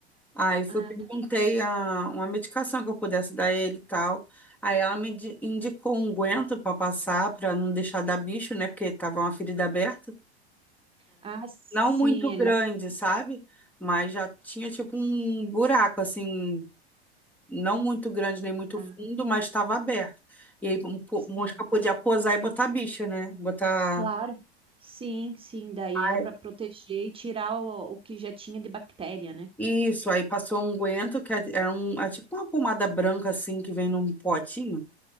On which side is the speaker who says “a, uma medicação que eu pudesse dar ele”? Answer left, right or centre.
Centre